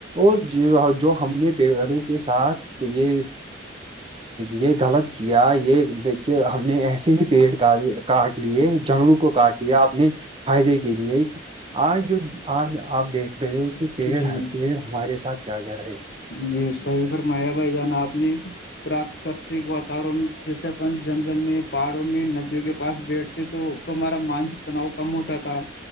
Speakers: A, on the right; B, on the left.
A: اور جو ہم نے پیڑوں کے ساتھ یہ یہ غلط کیا یہ کہ ہم نے ایسے ہی پیڑ کاٹ لیے جنگلوں کو کاٹ لیے آپنے فائدے کے لیے آج جو آج آپ دیکھ رہے ہو کہ پیڑ
B: جی
A: پیڑ ہمارے ساتھ کیا کر رہے ہے
B: جی صحیح فرمایا بھائی جانا آپ نے پراکرتک واتورن جیسے اپن جنگل میں پہاڑوں میں ندیوں کے پاس بیٹھتے تو تو ہمارا مانسک تناؤ کم ہوتا تھا